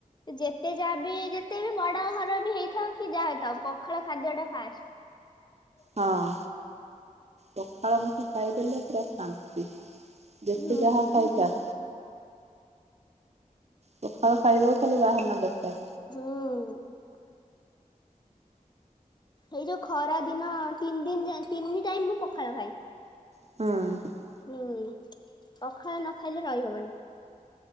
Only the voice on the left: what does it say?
ଯେତେ ଯାହା ବି ଯେତେ ବି ବଡା ଘର ବି ହେଇଥାଉ କି ଯାହା ହେଇଥାଉ। ପଖାଳ ଖାଦ୍ୟ ଟା ଫାଷ୍ଟ। <unintelligible>
ହୁଁ
ହୁଁ ଏଇ ଯୋଉ ଖରା ଦିନ। ତିନି ଦିନ ତିନି ଟାଇମ ମୁଁ ପଖାଳ ଖାଏ।
ହୁଁ, ପଖାଳ ନ ଖାଇଲେ ରହିହବନି।